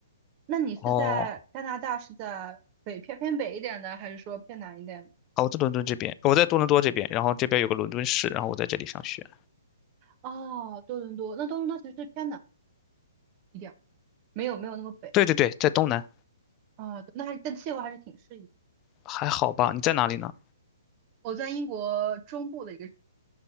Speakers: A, on the right; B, on the left.
A: 那你是在加拿大，
B: 哦，
A: 是在北偏偏北一点的，还是说偏南一点的？
B: 啊，我在伦敦这边，我在多伦多这边，然后这边有个伦敦市，然后我在这里上学。
A: 哦，多伦多，那多伦多其实是偏南一点，没有没有那么北
B: 对对对，在东南，
A: 啊、那还但气候还是挺适宜。
B: 还好吧？你在哪里呢？
A: 我在英国中部的一个，